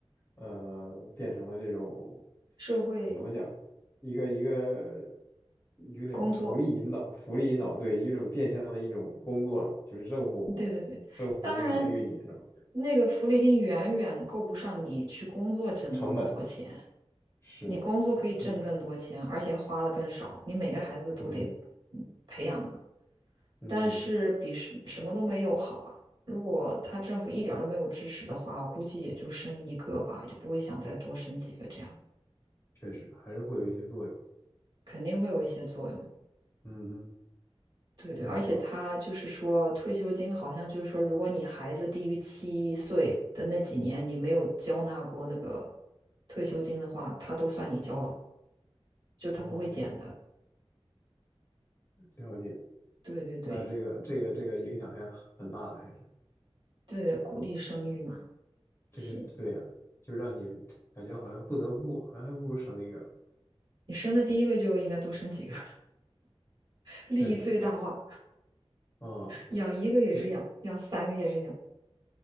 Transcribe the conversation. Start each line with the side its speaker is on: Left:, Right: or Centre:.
Left: 呃，变成了这种，
Right: <laughs> 社会
Left: 怎么讲，一个一个有点福利引导，
Right: 工作，
Left: 福利引导，对，一种变相的一种工作了，就是政府政府养育你是吧？
Right: 对对对，当然那个福利金远远够不上你去工作挣的那么多钱，
Left: 成本是的，
Right: 你工作可以挣更多钱，
Left: 嗯
Right: 而且花的更少，你每个孩子都得嗯培养嘛
Left: 嗯嗯，
Right: 但是比什什么都没有好啊。如果他政府一点儿都没有支持的话，我估计也就生一个吧，就不会想再多生几个这样，
Left: 确实还是会有一些作用，
Right: 肯定会有一些作用。
Left: 嗯哼，
Right: 对对，
Left: 没错，
Right: 而且他就是说，退休金好像就是说，如果你孩子低于七岁的那几年，你没有交纳过那个退休金的话，他都算你交了，就他不会减的。
Left: 哦，了解，
Right: 对对对
Left: 那这个这个这个影响还很大的，还是。
Right: 对，鼓励生育嘛。
Left: 这个对呀、
Right: 行，
Left: 就让你感觉好像不得不，好像还不如生一个呢
Right: 你生的第一个就应该多生几个，<laughs> 利益最大化。
Left: 确实，啊、
Right: 养一个也是养，
Left: 就
Right: 养三个也是养。